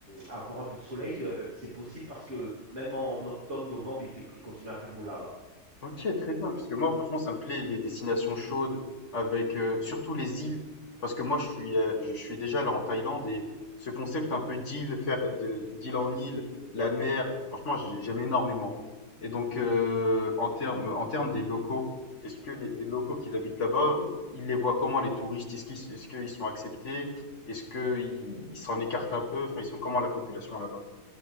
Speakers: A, on the right (about 45°); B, on the left (about 45°).
A: avoir un peu de soleil, euh, c'est possible parce que même en octobre, novembre, il fait, il continue à faire beau là-bas.
B: Ok, très bien, parce que moi, franchement, ça me plaît les destinations chaudes, avec euh, surtout les îles, parce que moi, je suis, euh, je suis déjà là en Thaïlande et ce concept un peu d'île, faire de d'île en île, la mer, franchement, j'ai- j'aime énormément. Et donc, euh, en termes, en termes des locaux, est-ce que les, les locaux qui habitent là-bas, euh, ils les voient comment les touristes? Est-ce qu'ils, est-ce qu'ils sont acceptés? Est-ce qu'ils ils s'en écartent un peu? Enfin, ils sont comment la population là-bas?